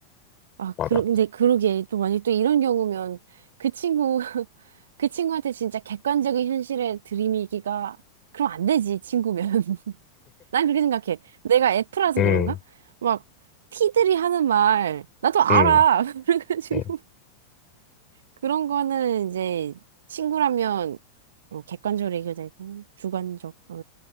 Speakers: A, on the right; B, on the left.
A: 아,
B: 맞아.
A: 그러, 근데 그러게. 또 만약 또 이런 경우면 그 친구, <laughs> 그 친구한테 진짜 객관적인 현실에 들이미기가, 그럼 안 되지, 친구면. <laughs> 난 그렇게 생각해. 내가 F라서
B: 음,
A: 그런가? 막, T들이 하는 말, 나도 알아.
B: 음,
A: <laughs> 그래가지고,
B: 음,
A: 그런 거는 이제 친구라면 어, 객관적으로 얘기해야 되고, 주관적, 어,